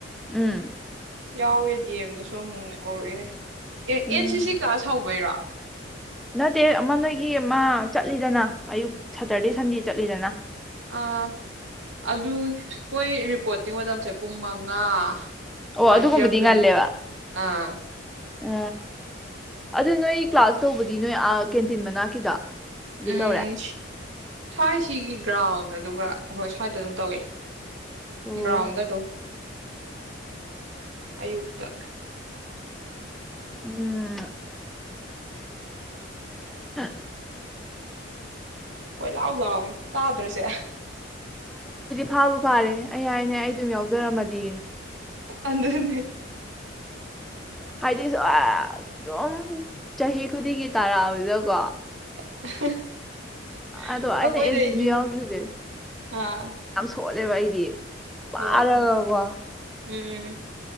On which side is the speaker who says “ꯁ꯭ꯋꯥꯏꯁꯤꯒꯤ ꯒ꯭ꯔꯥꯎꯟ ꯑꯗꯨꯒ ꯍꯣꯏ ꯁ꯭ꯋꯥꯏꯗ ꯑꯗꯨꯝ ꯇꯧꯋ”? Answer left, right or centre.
Right